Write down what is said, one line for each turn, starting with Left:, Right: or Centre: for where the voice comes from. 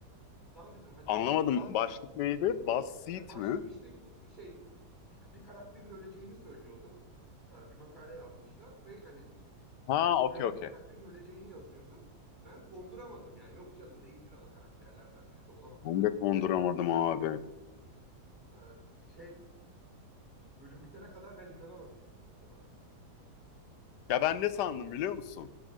Centre: Lan dedim hani
Left: Anlamadım.
Centre: de-
Left: Başlık neydi? Buzz Seat
Centre: ya başlık
Left: mi?
Centre: işte bu şey bir, bir karakterin öleceğini söylüyordu. E, bir makale yazmışlar ve hani
Left: Ha
Centre: önemli
Left: okey okey.
Centre: bir karakterin öleceğini yazıyordu. Ben konduramadım yani yok canım değildir ana karakterlerden biri de olamaz
Left: Ben
Centre: herhalde
Left: de konduramadım
Centre: falan dedim.
Left: abi.
Centre: Ee, şey bölüm bitene kadar ben inanamadım olana.
Left: Ya ben ne sandım biliyor musun?